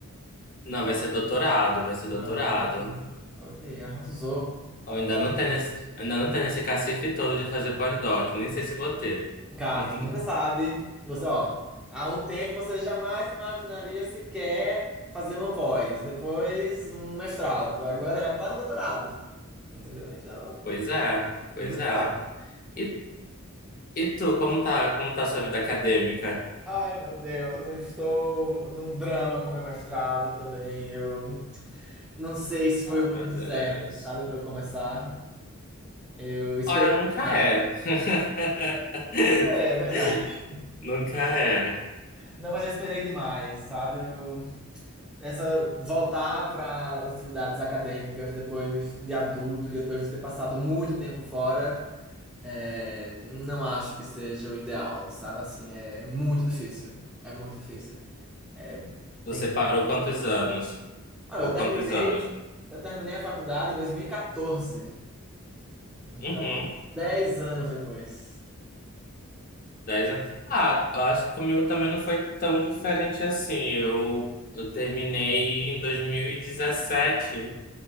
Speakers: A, on the left (about 40°); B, in the centre.
A: não, vai ser doutorado, vai ser doutorado.
B: Ah, Ok, arrasou.
A: Eu ainda não tenho nesse, ainda não tenho nesse cacife todo de fazer pós-doc, nem sei se vou ter.
B: Cara,
A: <laughs>
B: então nunca sabe. Você, ó, há um tempo você jamais imaginaria sequer fazer uma pós, depois um mestrado, agora já tá no doutorado, entendeu? Então,
A: Pois é, pois
B: nunca
A: é.
B: sabe.
A: E, e tu, como tá, como tá a sua vida acadêmica?
B: Ai, meu Deus, eu estou num drama com meu mestrado também. Eu Não sei se foi
A: Ai,
B: o momento
A: meu Deus.
B: certo, sabe, para eu começar. Eu esperei
A: Olha, nunca
B: demais.
A: é. <laughs>
B: Nunca é, é verdade.
A: Nunca é.
B: Não, mas eu esperei demais, sabe? Eu, essa voltar para as atividades acadêmicas depois de adulto e depois de ter passado muito tempo fora, é, não acho que seja o ideal, sabe? Assim, é muito difícil. É muito difícil. É,
A: Você
B: tem...
A: parou quantos anos?
B: Ah, eu
A: Por
B: terminei,
A: quantos anos?
B: eu terminei a faculdade em 2014. Então,
A: Uhum.
B: 10 anos depois.
A: Dez anos. Ah, eu acho que comigo também não foi tão diferente assim. Eu, eu terminei em dois mil e dezessete